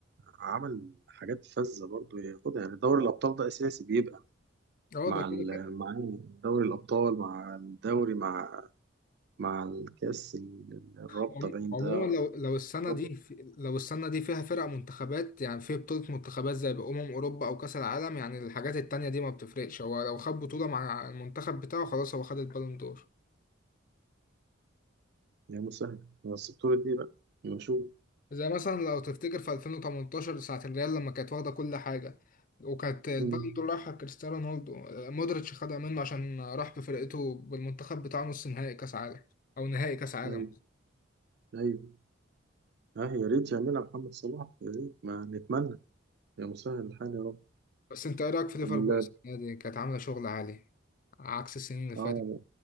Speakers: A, on the right; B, on the left.
A: عمل حاجات فذة برضه ياخدها يعني دوري الأبطال ده أساسي بيبقى
B: اه
A: مع
B: ده كده
A: ال-
B: كده
A: مع دوري الأبطال مع الدوري مع مع الكأس ال- الرابطة
B: عم-
A: باين
B: عموما
A: ده
B: لو لو السنة
A: ظبط
B: دي في لو السنة دي فيها فرق منتخبات يعني في بطولة منتخبات زي أمم أوروبا أو كأس العالم يعني الحاجات التانية دي ما بتفرقش هو لو خد بطولة مع المنتخب بتاعه خلاص هو خد البالون دور
A: يا مسهل بس بطولة إيه بقى؟ نشوف
B: زي مثلا لو تفتكر في 2018 ساعة الريال لما كانت واخدة كل حاجة وكانت البالون
A: مم.
B: دور رايحة كريستيانو رونالدو مودريتش خدها منه عشان راح بفرقته بالمنتخب بتاعه نص نهائي كأس عالم أو نهائي كأس عالم
A: أيوه أيوه اه يا ريت يعملها محمد صلاح يا ريت ما نتمنى يا مسهل الحال يا رب
B: بس أنت إيه رأيك في ليفربول
A: لا
B: السنة دي كانت عاملة شغل عالي عكس السنين اللي فاتت
A: اه